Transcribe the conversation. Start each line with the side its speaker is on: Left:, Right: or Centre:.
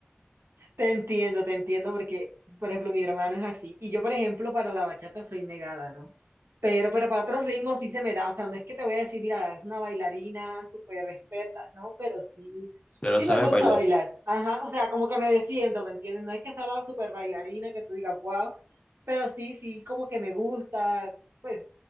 Right: Te entiendo, te entiendo, porque, por ejemplo, mi hermano es así. Y yo, por ejemplo, para la bachata soy negada, ¿no? Pero, pero para otros ritmos sí se me da. O sea, no es que te voy a decir, mira, es una bailarina súper experta, ¿no? Pero sí,
Left: Pero
Right: sí
Left: sabes
Right: me gusta
Left: bailar.
Right: bailar. Ajá, o sea, como que me defiendo, ¿me entiendes? No es que sea la súper bailarina que tú digas, wow, pero sí, sí, como que me gusta. Pues,